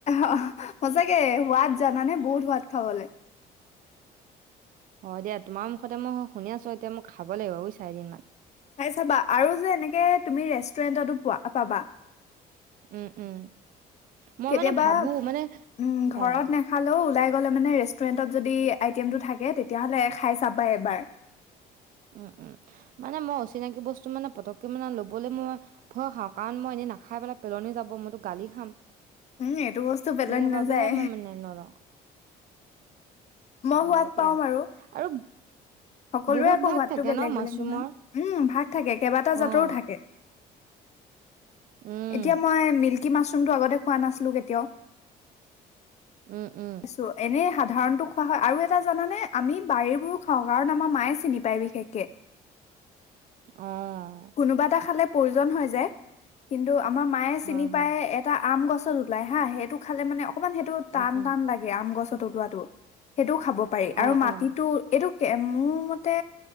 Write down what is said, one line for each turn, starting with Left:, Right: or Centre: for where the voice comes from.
Left: <inaudible> সঁচাকে সোৱাদ জানানে বহুত সোৱাদ খাবলে।
Right: হয়, দিয়া তোমাৰ মুখতে মই শুনি আছো এতিয়া মই খাব লাগিব বুইছা এদিনমান।
Left: খাই চাবা আৰু যে, এনেকে তুমি ৰেষ্টুৰেণ্টতো পোৱা পাবা।
Right: উম, উম, মই
Left: কেতিয়াবা
Right: মানে ভাবো মানে
Left: উম
Right: অ',
Left: ঘৰত নেখালেও ওলাই গলে মানে ৰেষ্টুৰেণ্টত যদি আইটেমটো থাকে তেতিয়াহলে খাই চাবাই এবাৰ।
Right: উম উম, মানে মই অচিনাকি বস্তু মানে পতককৈ মানে লবলৈ মই ভয় খাওঁ কাৰণ মই এনেই নাখাই পেলাই পেলনি যাব মইতো গালি খাম।
Left: উম এইটো বস্তু পেলনি
Right: সেইবাবেহে
Left: নাযায়
Right: মই মানে নলওঁ,
Left: মই
Right: অ
Left: সোৱাদ
Right: এতিয়া
Left: পাওঁ বাৰু
Right: আৰু
Left: সকলোৰে
Right: বহুত
Left: আকৌ
Right: ভাগ
Left: সোৱাদ
Right: থাকে
Left: টো বেলেগ
Right: ন মাছৰুমৰ?
Left: -বেলেগ নহয়, উম ভাগ থাকে কেইবাটা
Right: অ',
Left: জাতৰো থাকে।
Right: উম,
Left: এতিয়া মই মিল্কী মাছৰুমটো আগতে খোৱা নাছিলোঁ কেতিয়াও।
Right: উম, উম।
Left: ছো এনে ভাব উদাহৰণটো খোৱা হয় আৰু এটা জানানে আমি বাৰীবোৰো খাওঁ। কাৰণ আমাৰ মায়ে চিনি পায় বিশেষকে।
Right: অহ।
Left: কোনোবা এটা খালে প্ৰয়োজন হৈ যায় কিন্তু আমাৰ মায়ে চিনি
Right: হয়, হয়,
Left: পায় এটা আম গছত ওলাই হাঁ সেইটো খালে মানে অ অকণমান সেইটো টান
Right: উম, উম,
Left: টান লাগে আম গছত লোৱাটো সেইটো খাব পাৰি আৰু
Right: অ',
Left: মাটিতো
Right: অ',
Left: এইটো মোৰ মতে,